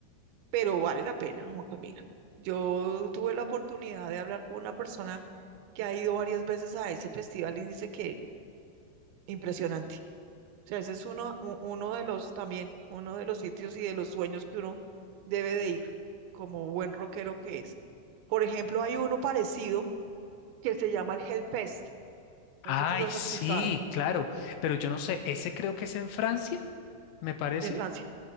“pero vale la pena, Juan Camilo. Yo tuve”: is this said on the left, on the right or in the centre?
Right